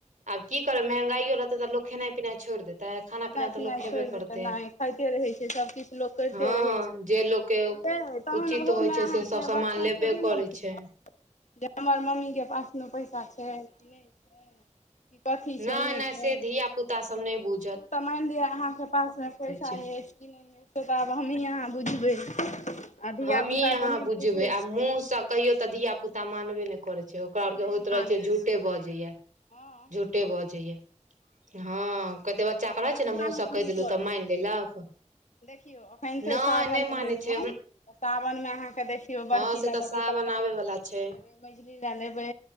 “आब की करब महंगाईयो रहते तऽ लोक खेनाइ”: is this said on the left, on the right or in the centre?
Right